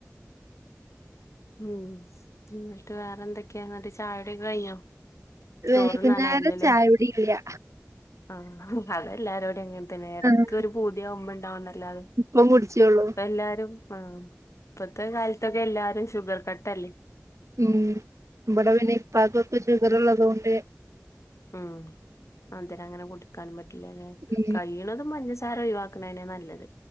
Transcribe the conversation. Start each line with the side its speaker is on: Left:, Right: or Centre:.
Left: മ്മ് ഇന്ന്ട്ട് വേറെന്തൊക്കെ ഇന്ന്ട്ട് ചായുടിയൊക്കെ കഴിഞ്ഞോ
Right: വൈകുന്നേരം
Left: ചോറുണ്ണാനായില്ലല്ലേ
Right: ചായുടില്ലാ
Left: ആഹ് അതെല്ലാരോടിം അങ്ങനെ തന്നെ എടക്കൊരു
Right: ആഹ്
Left: പുതിയാവുമ്പോ ഇണ്ടാവുന്നല്ലാതെ
Right: ഇപ്പം കുടിച്ചോള്ളൂ
Left: ഇപ്പല്ലാരും ആഹ് ഇപ്പത്തെ കാലത്തൊക്കെ എല്ലാരും ഷുഗർ കട്ടല്ലേ
Right: ഉം ഇബടെ പിന്നെ ഇപ്പക്കൊക്കെ ശുഗറ്ള്ളതൊണ്ട്
Left: ഉം മധുരങ്ങനെ കുടിക്കാനും പറ്റ്ല്ലലെ
Right: ഉം
Left: കയ്യ് ണതും പഞ്ചസാര ഒഴിവാക്ക്ണെന്നെ നല്ലത്